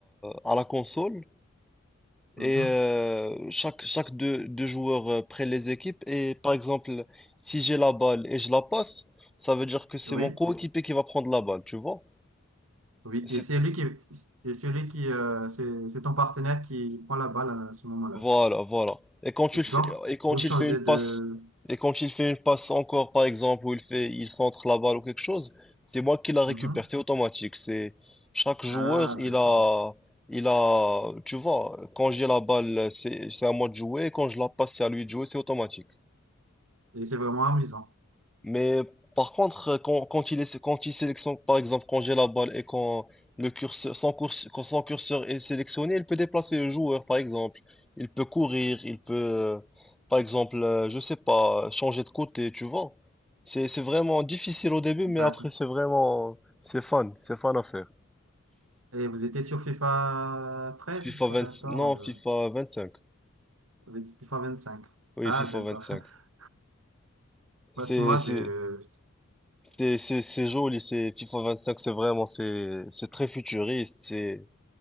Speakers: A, in the centre; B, on the right.
A: à la console
B: mhm,
A: et euh, chaque, chaque deux, deux joueurs euh, prennent les équipes. Et par exemple, si j'ai la balle et je la passe, ça veut dire que c'est
B: oui,
A: mon coéquipier qui va prendre la balle, tu vois?
B: oui.
A: C'est-
B: Et c'est lui qui, et celui qui, euh, c'est, c'est ton partenaire qui prend la balle à ce moment-là.
A: Voilà, voilà. Et quand il fait,
B: Donc,
A: et quand
B: vous changez
A: il fait une passe,
B: de,
A: et quand il fait une passe encore, par exemple, où il fait, il centre la balle ou quelque chose, c'est moi qui la récupère,
B: mhm.
A: c'est automatique. C'est chaque joueur,
B: Ah,
A: il
B: d'accord.
A: a, il a, tu vois, quand j'ai la balle, c'est, c'est à moi de jouer, et quand je la passe, c'est à lui de jouer, c'est automatique.
B: Et c'est vraiment amusant.
A: Mais par contre, euh, quand, quand il est, quand il sélectionne, par exemple, quand j'ai la balle et quand le curseur, son course, quand son curseur est sélectionné, il peut déplacer le joueur, par exemple. Il peut courir, il peut, euh, par exemple, euh, je sais pas, changer de côté, tu vois. C'est, c'est vraiment difficile au début,
B: D'accord.
A: mais après, c'est vraiment, c'est fun, c'est fun à faire.
B: Et vous étiez sur FIFA 13
A: FIFA
B: ou FIFA
A: 20
B: 14?
A: non, FIFA
B: euh,
A: vingt cinq
B: Vous étiez FIFA 25.
A: Oui,
B: Ah,
A: FIFA
B: d'accord.
A: vingt cinq
B: <laughs> Parce
A: C'est,
B: que moi,
A: c'est,
B: de...
A: c'est, c'est c'est joli, c'est FIFA vingt cinq c'est vraiment, c'est, c'est très futuriste, c'est,